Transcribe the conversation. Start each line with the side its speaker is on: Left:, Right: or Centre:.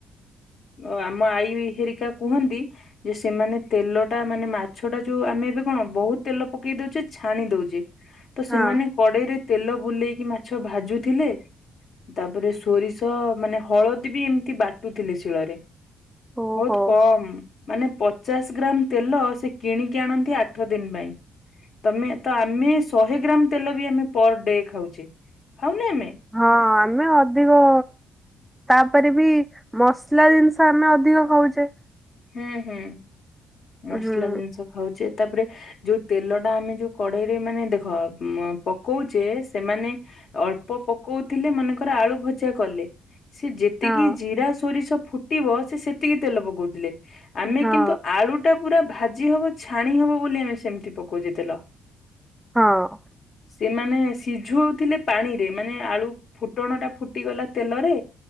Left: ଓ ଆମ ଆଈ ହେରିକା କୁହନ୍ତି, ଯେ ସେମାନେ ତେଲ ଟା ମାନେ ମାଛ ଟା ଯୋଉ ଆମେ ଏବେ କଣ ବହୁତ ତେଲ ପକେଇ ଦଉେ ଛାଣି ଦଉେଛେ ତ ସେମାନେ
Centre: ହଁ
Left: କଡ଼େଇରେ ତେଲ ବୁଲେଇକି ମାଛ ଭାଜୁଥିଲେ ତାପରେ ସୋରିଷ, ମାନେ ହଳଦୀ ବି ଏମିତି ବାଟୁଥିଲେ ଶିଳରେ।
Centre: ଓହୋ
Left: ବହୁତୁ କମ୍, ମାନେ ପ ପଚାଶ ଗ୍ରାମ୍ ତେଲ ସେ କିଣିକି ଆଣନ୍ତି ଆଠ ଦିନ ପାଇଁ। ତମେ ତ ଆମେ ଶହେ ଗ୍ରାମ ତେଲ ବି ଆମେ ପର ଡେ ଖାଉଛେ। ଖାଉନି ଆମେ?
Centre: ହଁ ଆମେ ଅଧିକ ତାପରେ ବି ମସଲା ଜିନିଷ ଆମେ ଅଧିକ ଖାଉଛେ?
Left: ହୁଁ ହୁଁ। ମସଲା
Centre: ହୁଁ
Left: ଜିନିଷ ଖାଉଛେ, ତାପରେ ଯୋଉ ତେଲ ଟା ଆମେ ଯୋଉ କଡେଇରେ, ମାନେ ଦେଖ ପକଉଛେ ସେମାନେ ଅଳ୍ପ ପକଉଥିଲେ ମନେକର ଆଳୁ ଭଜା କଲେ ସେ ଯେତିକି
Centre: ହଁ
Left: ଜିରା ସୋରିଷ ଫୁଟିବ, ସେ ସେତିକି ତେଲ ପକଉ ଥିଲେ ଆମେ
Centre: ହଁ
Left: କିନ୍ତୁ ଆଳୁ ଟା ପୁରା ଭାଜି ହବ ଛାଣି ହବ ବୋଲି ଆମେ ସେମିତି ପକଉଛେ ତେଲ।
Centre: ହଁ।
Left: ସେମାନେ ସିଝୁ ହଉଥିଲେ ପାଣିରେ ମାନେ ଆଳୁ। ଫୁଟଣ ଟା ଫୁଟିଗଲା ତେଲରେ।